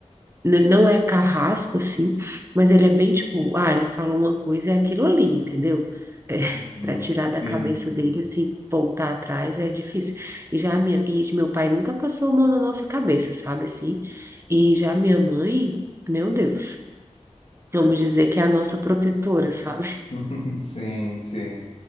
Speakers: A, on the right (about 20°); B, on the left (about 55°).
A: N- Não é carrasco, assim, mas ele é bem tipo, ah, ele falou uma coisa, é aquilo ali, entendeu? É, <laughs>
B: Uhum.
A: para tirar da
B: Sim,
A: cabeça
B: entendi.
A: dele, assim, voltar atrás é difícil. E já a minha, e meu pai nunca passou a mão na nossa cabeça, sabe, assim? E já minha mãe, meu Deus, vamos dizer que é a nossa protetora, sabe?
B: <laughs> Sim, sim.